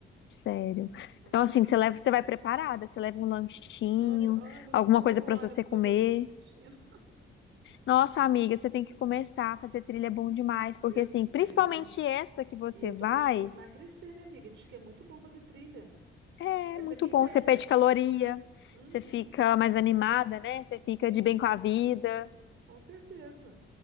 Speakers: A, on the left; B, on the right.
A: Sério.
B: Nossa.
A: Então, assim, você leva, você vai preparada, você leva um lanchinho,
B: Olha, olha,
A: alguma
B: co- olha
A: coisa
B: o
A: pra
B: ânimo
A: você
B: que
A: comer.
B: eu já estou sentindo. <laughs>
A: Nossa, amiga, você tem que começar a fazer trilha é bom demais, porque
B: Eu
A: assim,
B: sei.
A: principalmente essa que você
B: E eu
A: vai,
B: tô precisando emagrecer, né, amiga? Diz que é muito bom fazer trilha.
A: é
B: Essa
A: muito
B: é minha
A: bom.
B: ideia.
A: Você perde caloria,
B: Uhum.
A: você fica mais animada, né? Você fica
B: Sim,
A: de bem com a vida.
B: com certeza.